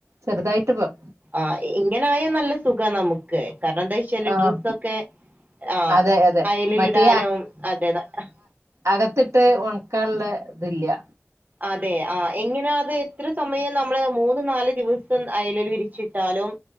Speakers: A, on the right; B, on the right.
A: ചെറ്തായിട്ട് പോ-
B: ആഹ്, ഇങ്ങനായാ നല്ല സുഖാ നമുക്ക് കാരണം എന്താ- ച്ചാല്,
A: ആഹ്
B: ഡ്രസ്സൊക്കെ ആഹ്,
A: അതെ അതെ
B: അയലിലിടാനും,
A: മറ്റേ
B: അതെ ന്നാ -
A: അകത്ത് ട്ട് ഒണക്കാനു ള്ള ഇത്‌ ല്ല്യ.
B: അതെ, ആഹ്, എങ്ങനാ ത് എത്ര സമയം നമ്മള് മൂന്ന്, നാല് ദിവസം അയലില് വിരിച്ചിട്ടാലും